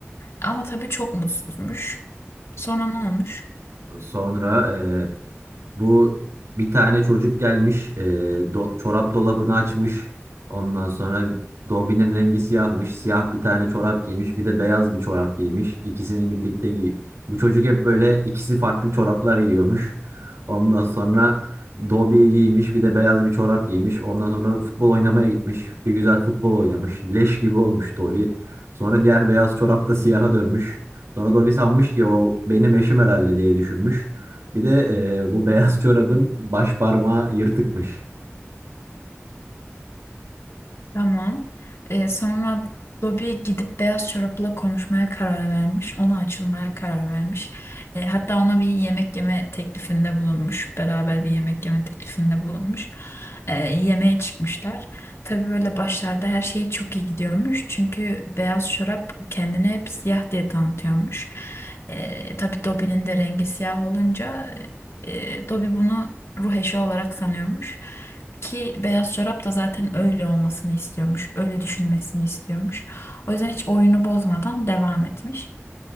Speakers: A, on the left; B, on the right.
A: Ama tabii çok mutsuzmuş. Sonra ne olmuş?
B: Sonra e, Bu bir tane çocuk gelmiş, e, do- çorap dolabını açmış. Ondan sonra dolbinin rengi siyahmış. Siyah bir tane çorap giymiş, bir de beyaz bir çorap giymiş. İkisini birlikte giy. Bu çocuk hep böyle ikisi farklı çoraplar giyiyormuş. Ondan sonra Dobi'yi giymiş, bir de beyaz bir çorap giymiş. Ondan sonra futbol oynamaya gitmiş. Bir güzel futbol oynamış. Leş gibi olmuş Dobi. Sonra diğer beyaz çorap da siyaha dönmüş. Sonra Dobi sanmış ki o benim eşim herhalde diye düşünmüş. Bir de e, bu beyaz çorabın baş parmağı yırtıkmış.
A: Tamam. Ee, sonra Bobby gidip Beyaz Çorap'la konuşmaya karar vermiş. Ona açılmaya karar vermiş. Ee, hatta ona bir yemek yeme teklifinde bulunmuş. Beraber bir yemek yeme teklifinde bulunmuş. Ee, yemeğe çıkmışlar. Tabii böyle başlarda her şey çok iyi gidiyormuş. Çünkü Beyaz Çorap kendini hep siyah diye tanıtıyormuş. Ee, tabii Dobby'nin de rengi siyah olunca e, Dobby bunu ruh eşi olarak sanıyormuş. Ki beyaz çorap da zaten öyle olmasını istiyormuş. Öyle düşünmesini istiyormuş. O yüzden hiç oyunu bozmadan devam etmiş.